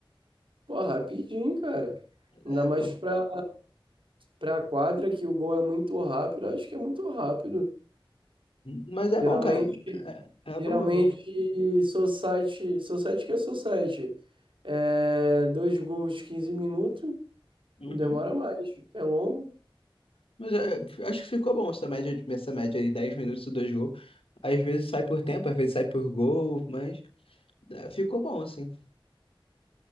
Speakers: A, on the right (about 65°); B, on the left (about 85°).
A: Pô, rapidinho, cara.
B: É,
A: Ainda mais
B: pô.
A: pra, para a quadra, que o gol é muito rápido, acho que é muito rápido.
B: Mas é
A: Geralmente,
B: bom, cara. É, é
A: geralmente
B: bom, é bom.
A: society, society que é society. É, dois gols, 15 minutos
B: Uhum.
A: e demora mais. É longo.
B: Mas é, acho que ficou bom essa média, de- essa média de 10 minutos e dois gols. Às vezes sai por tempo, às vezes sai por gol, mas é, ficou bom, assim.